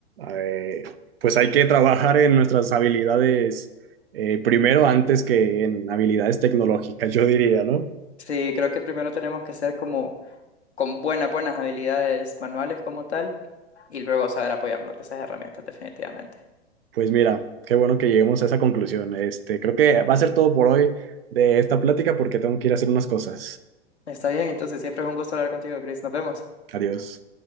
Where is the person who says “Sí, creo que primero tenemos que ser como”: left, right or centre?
Left